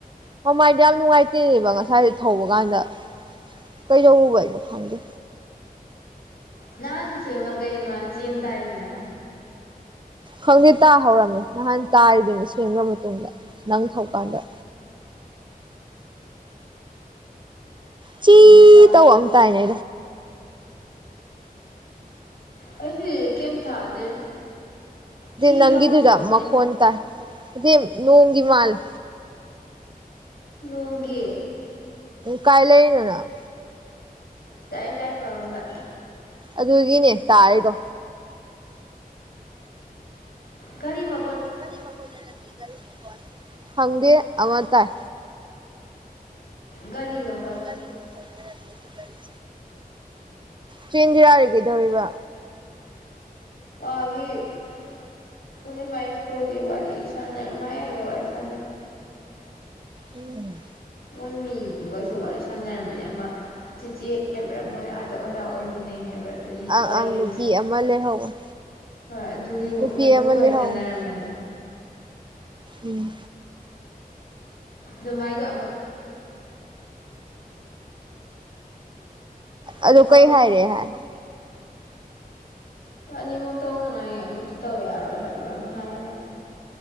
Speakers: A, on the right (about 30°); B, on the left (about 80°).
A: ꯃꯃꯥꯏꯗ ꯌꯥꯝ ꯅꯨꯡꯉꯥꯏꯇꯦꯅꯦꯕ ꯉꯁꯥꯏꯁ ꯊꯧꯕ ꯀꯥꯟꯗ ꯀꯩꯗꯧꯔꯨꯕꯩꯅꯣ ꯈꯪꯗꯦ
B: ꯅꯍꯥꯟꯁꯨ ꯁꯦꯝꯃꯒ ꯀꯩꯅꯣ ꯃꯥꯅ ꯆꯦꯟ ꯇꯥꯏꯅ
A: ꯈꯪꯗꯦ ꯇꯥꯍꯧꯔꯝꯃꯦ ꯅꯍꯥꯟ ꯇꯥꯔꯤꯗꯨꯅꯤ ꯁꯦꯝꯒ꯭ꯔ ꯃꯇꯨꯡꯗ ꯅꯪ ꯊꯧꯀꯥꯟꯗ ꯆꯤ
B: ꯎꯝ ꯇꯥꯔꯦ
A: ꯇꯧꯕ ꯑꯃ ꯇꯥꯏꯅꯦ
B: ꯑꯩꯁꯨ ꯀꯩꯝ ꯊꯥꯗꯦ ꯊꯤ
A: ꯅꯪꯒꯤꯗꯨꯗ
B: ꯂꯥꯎꯕꯁꯨ ꯌꯥꯎꯗꯦ
A: ꯃꯈꯣꯟ ꯇꯥꯏ ꯅꯠꯇꯦ ꯅꯣꯡꯒꯤ ꯃꯥꯟꯂꯤ
B: ꯅꯣꯡꯒꯤ
A: ꯀꯥꯏꯂꯩꯅꯣ ꯅꯪ
B: <unintelligible> ꯄꯝꯗ
A: ꯑꯗꯨꯒꯤꯅꯦ ꯇꯥꯔꯤꯗꯣ
B: ꯒꯥꯔꯤ ꯃ
A: ꯒꯥꯔꯤ ꯃꯈꯣꯟ ꯑꯣꯏꯔꯝꯅꯤ ꯒꯥꯔꯤ ꯃꯈꯣꯟ ꯈꯪꯗꯦ ꯑꯃ ꯇꯥꯏ
B: ꯒꯥꯔꯤ ꯃ
A: ꯒꯥꯔꯤ ꯃꯈꯣꯟ ꯑꯣꯏꯔꯝꯅꯤ ꯒꯥꯔꯤ ꯆꯦ ꯏꯟꯗꯤꯔꯥꯗꯤ ꯀꯩꯗꯧꯔꯤꯕ
B: ꯄꯥꯜ ꯗꯤ <inaudible> ꯀꯣꯜ ꯋꯥꯔꯤ ꯁꯅꯩ ꯃꯥꯒꯤ ꯋꯥꯔꯤ <inaudible>
A: ꯎꯝ
B: ꯃꯣꯏ ꯃꯤꯗꯨꯒꯁꯨ ꯋꯥꯔꯤ ꯁꯥꯟꯅꯔꯝꯕꯅꯦ ꯑꯃ ꯆꯦꯆꯦ ꯃꯣꯏ ꯑꯥꯗ ꯑꯣꯖꯥ ꯑꯣꯏꯃꯤꯟꯅꯩ ꯍꯥꯏꯕ꯭ꯔꯥ ꯑꯗꯨꯒꯤ
A: ꯑꯪ
B: ꯋꯥꯔꯤ
A: ꯑꯪ
B: ꯑꯃ
A: ꯅꯨꯄꯤ
B: ꯁꯥꯥꯟ
A: ꯂꯩꯍꯧꯕꯅꯤ
B: ꯍꯣꯏ ꯑꯗꯨꯒꯤ
A: ꯅꯨꯄꯤ
B: ꯑꯗꯨꯒ
A: ꯑꯃ
B: ꯋꯥꯔꯤ
A: ꯂꯩꯍꯧꯕꯅꯤ
B: ꯁꯥꯟꯅꯔꯝꯃꯅꯤ
A: ꯎꯝ
B: ꯅꯨꯡꯃꯥꯏꯗꯣ
A: ꯑꯗꯨꯗꯣ
B: ꯑꯗꯨ ꯈꯪꯗꯦ
A: ꯀꯩ ꯍꯥꯏ ꯔꯦ ꯍꯥꯏ
B: ꯑꯅꯤꯃꯛ ꯇꯧꯅꯉꯥꯏ ꯑꯃꯇ ꯇꯧ ꯌꯥꯔꯣꯏ ꯍꯥꯏꯕ꯭ꯔꯥ ꯑꯗꯨ ꯍꯥꯏ ꯍꯥꯏꯑꯦ